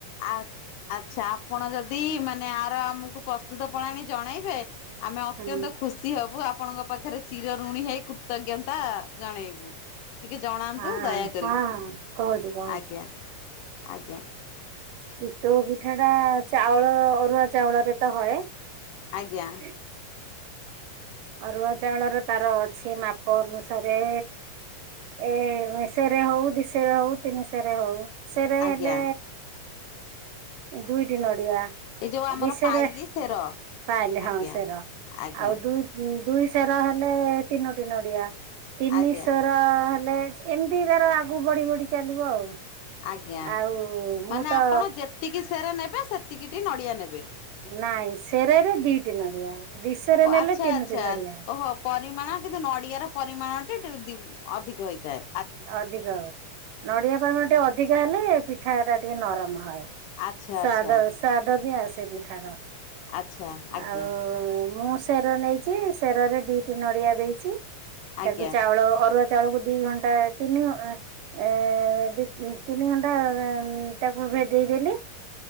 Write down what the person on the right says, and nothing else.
ହଁ
ହଁ
ହଁ କହୁଛି କହୁଛି।
ଚିତୋଉ ପିଠା ଟା ଚାଉଳ ଅରୁଆ ଚାଉଳରେ ତ ହଏ।
ହ <inaudible> ଅରୁଆ ଚାଉଳର ତାର ଅଛି ମାପ ଅନୁସାରେ ଏ ମେସେରେ ହଉ ଦିଶେରେ ହଉ ତିନିଶରେ ହଉ। ସେରେ ହେଲେ
ଦୁଇଟି ନଡିଆ।
ବିଷରେ
ତାିଲଲେ
ହଁ
ସେରା <unintelligible>
ଆଉ ଦୁଇ ଦୁଇ ସେର ହେଲେ ତିନୋଟି ନଡିଆ। ତିନିଶର
ହେଲେ ଏମିତି ତାର ଆଗୁ ବଢ଼ି ବଢ଼ି ଚାଲିବ ଆଉ।
ଆଉ ମୁଁ
ତ
ନାଇଁ ସେରରେ ଦିଟି ନଡ଼ିଆ ଦି ସେରା
ନେଲେ
ତିନିଟି
ନଡ଼ିଆ।
ଅଧିକ ହବ। ନଡ଼ିଆ ପାଗ ଟିକେ ଅଧିକା ହେଲେ ପିଠାଟା ଟିକେ ନରମ ହଏ।
ସ୍ବାଦ ସ୍ବାଦ ବି ଆସେ ପିଠାର।
ଆଉ ମୁଁ ସେର ନେଇଚି ସେରରେ ଦିଟି ନଡ଼ିଆ ଦେଇଚି।
ତାକୁ ଚାଉଳ ଅରୁଆ ଚାଉଳକୁ ଦି ଘ ଘଣ୍ଟା ତିନି ଘ ଏ ଦି ତିନି ଘଣ୍ଟା ତାକୁ ଭେଦେଇ ଦେଲି।